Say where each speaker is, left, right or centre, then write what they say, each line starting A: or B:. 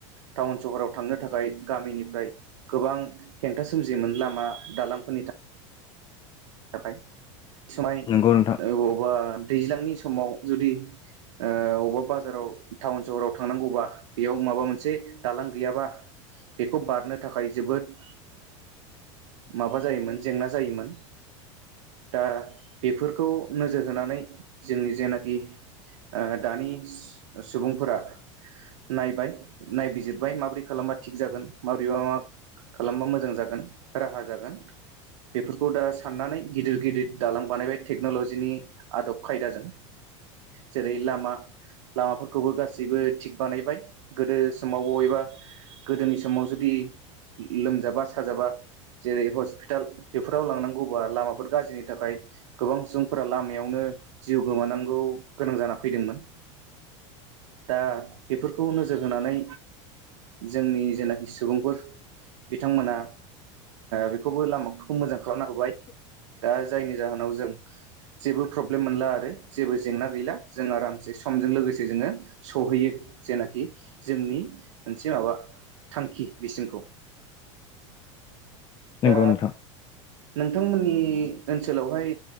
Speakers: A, on the right; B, on the left.
A: टाउन सहराव थांनो थाखाय गामिनिफ्राय गोबां हेंथा सोमजियोमोन लामा दालांफोरनि थाखाय बेसमाय
B: नंगौ नोंथां
A: बबावबा दैज्लांनि समाव जुदि अबेबा बाजाराव टाउन सहराव थांनांगौबा बेयाव माबा मोनसे दालां गैयाबा बेखौ बारनो थाखाय जोबोद माबा जायोमोन जेंना जायोमोन दा बेफोरखौ नोजोर होनानै जोंनि जेनाखि दानि सुबुंफोरा नायबाय नायबिजिरबाय माबोरै खालामबा थिग जागोन माबोरैबा मा खालामबा मोजां जागोन राहा जागोन बेफोरखौ दा साननानै गिदिर गिदिर दालां बानायबाय टेक्न'लजिनि आदब खायदाजों जेरै लामा लामाफोरखौबो गासैबो थिग बानायबाय गोदो समाव बबेबा गोदोनि समाव जुदि लोमजाबा साजाबा जेरै हस्पिटाल बेफोराव लांनांगौ बा लामाफोर गाज्रिनि थाखाय गोबां सुबुंफोरा लामायावनो जिउ गोमानांगौ गोनां जानानै फैदोंमोन दा बेफोरखौ नोजोर होनानै जोंनि जेनाखि सुबुंफोर बिथांमोना बेखौबो लामाफोरखौ मोजां खालामना होबाय दा जायनि जाहोनाव जों जेबो प्रब्लेम मोनला आरो जेबो जेंना गैला जों आरामसे समजों लोगोसे जोङो सहैयो जेनाखि जोंनि मोनसे माबा थांखि बिसिमखौ
B: <inaudible> नंगौ
A: दा
B: नोंथां
A: नोंथांमोननि ओनसोलावहाय